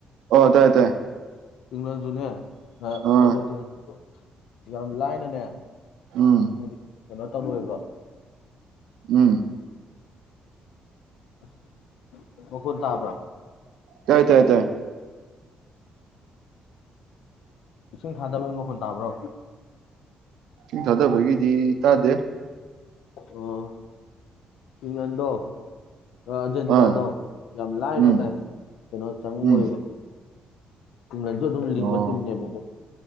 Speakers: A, on the right; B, on the left.
A: ꯑꯣ ꯇꯥꯏꯌꯦ ꯇꯥꯏꯌꯦ
B: ꯏꯪꯂꯥꯟꯁꯨꯅꯦ ꯑꯥꯔꯖꯦꯟꯇꯤꯅꯥ
A: ꯑꯥ
B: ꯌꯥꯝ ꯂꯥꯏꯅꯅꯦ
A: ꯎꯝ
B: ꯍꯥꯏꯗꯤ ꯀꯩꯅꯣ ꯇꯧꯔꯣꯏꯕ
A: ꯎꯝ
B: ꯑꯁ ꯃꯈꯣꯜ ꯇꯥꯕ꯭ꯔꯥ
A: ꯇꯥꯏ ꯇꯥꯏ ꯇꯥꯏ
B: ꯏꯁꯤꯡ ꯊꯥꯗꯕꯩ ꯃꯈꯣꯜ ꯇꯥꯕ꯭ꯔꯣ
A: ꯏꯁꯤꯡ ꯊꯥꯗꯕꯒꯤꯗꯤ ꯇꯥꯗꯦ
B: ꯑꯣ ꯏꯪꯂꯟꯗ‌ꯣ ꯑꯥꯔꯖꯦꯟꯇꯤꯅꯥꯗꯣ
A: ꯑꯥ
B: ꯌꯥꯝ ꯂꯥꯏꯅ
A: ꯎꯝ
B: ꯂꯥꯏ ꯀꯩꯅꯣ ꯆꯪꯉꯑꯣꯏꯕ
A: ꯎꯝ
B: ꯇꯅꯁꯨ ꯑꯗꯨꯝ
A: ꯑꯣ
B: ꯂꯤꯡꯕ ꯇꯤꯝꯅꯦꯕꯀꯣ